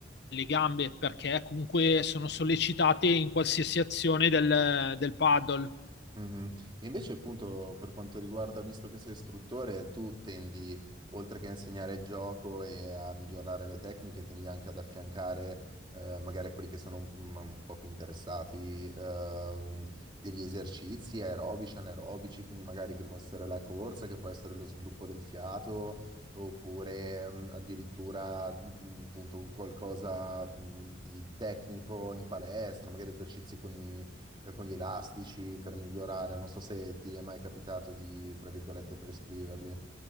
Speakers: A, on the left (about 65°); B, on the right (about 25°).
A: le gambe perché comunque sono sollecitate in qualsiasi azione del, del paddle.
B: Mhm. E invece, appunto, per quanto riguarda, visto che sei istruttore, tu tendi, oltre che a insegnare il gioco e a migliorare le tecniche, tendi anche ad affiancare, eh, magari a quelli che sono mm, un po' più interessati, ehm, degli esercizi aerobici, anaerobici, quindi magari che può essere la corsa, che può essere lo sviluppo del fiato, oppure, mm, addirittura, mm, appunto, qualcosa, mm, di tecnico in palestra, magari esercizi con i eh, con gli elastici per migliorare. Non so se ti è mai capitato di, fra virgolette, prescriverli.